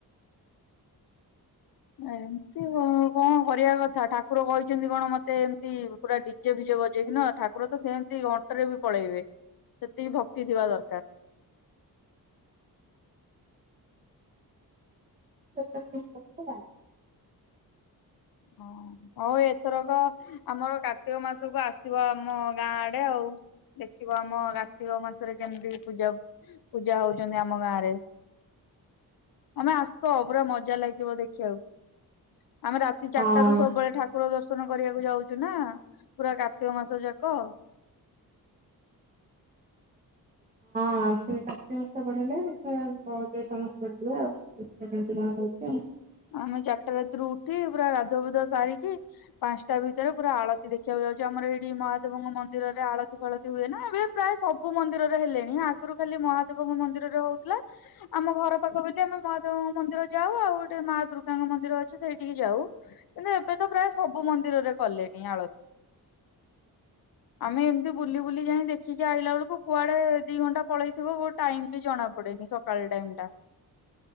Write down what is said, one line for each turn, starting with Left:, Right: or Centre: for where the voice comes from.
Left: ଏମତି କଣ କରିବା କଥା ଠାକୁର କହିଛନ୍ତି, କଣ ମତେ ଏମିତି ପୁରା ଡିଜେ ଭ <unintelligible> ଯାଇକି ନା ଠାକୁର ତ ସେମିତି ଅଣ୍ଟରେ ବି ପଳେଇବେ। ସେତିକି ଭକ୍ତି ଥିବା ଦରକାର।
Right: ସେ <unintelligible>
Left: ଓ ହଉ ଏଥରକ ଆମର କାର୍ତ୍ତିକ ମାସକୁ ଆସିବ ଆମ ଗାଁ ଆଡେ ଆଉ। ଦେଖିବ ଆମ କାର୍ତ୍ତିକ ମାସରେ କେମିତି ପୂଜା ପୂଜା ହଉଛନ୍ତି ଆମ ଗାଁ ରେ। ଆମେ ଆସ ପୁରା ମଜା ଲାଗିବ ଦେଖିବାକୁ। ଆମେ ରାତି ଚାରିଟା
Right: ହଁ
Left: ର ସବୁବେଳେ ଠାକୁର ଦର୍ଶ ଦର୍ଶନ କରିବାକୁ ଯାଉଛୁ ନା ପୁରା କାର୍ତ୍ତିକ ମାସ ଯାକ। <inaudible>
Right: ହଁ, ସେ କାର୍ତ୍ତିକ ମାସରେ ଦେଖିବା କଣ ତମ <unintelligible> ଆଉ କେମତି କଣ କରଛି ଆଉ?
Left: ଆମେ ଚାରିଟା ରାତିରୁ ଉଠି ପୁରା ଗାଧୁଆ ପଧୁଆ ସାରିକି ପାଞ୍ଚଟା ଭିତରେ ପୁରା ଆଳତିୀ ଦେଖିବାକୁ ଯାଉଛି। ଆମର ଏଇଠି ମହାଦେବଙ୍କ ମନ୍ଦିରରେ ଆଳତି ଫାଳତି ହୁଏ ନା ଏବେ ପ୍ରାୟ ସବୁ ମନ୍ଦିରରେ ହେଲେଣି ଆଗରୁ ଖାଲି ମହାଦେବଙ୍କ ମନ୍ଦିରରେ ହଉଥିଲା। ଆମ ଘର ପାଖ ବି ଟିକ ଆମେ ମହାଦେବଙ୍କ ମନ୍ଦିର ଯାଉ, ଆଉ ଗୋଟେ ମା ଦୁର୍ଗାଙ୍କ ମନ୍ଦିର ଅଛି ସେଇଠିକି ଯାଉ କିନ୍ତୁ ଏବେ ତ ପ୍ରାୟ ସବୁ ମନ୍ଦିରରେ କଲେଣି ଆଳତି। ଆମେ ଏମିତି ବୁଲି ବୁଲି ଯାଇ ଦେଖିକି ଆଇଲା ବେଳକୁ କୁଆଡେ ଦି ଘଣ୍ଟା ପଳେଇଥିବ ଗୋ ଟାଇମ ଜଣା ପଡିବ। ସକାଳ ଟାଇମ ଟା।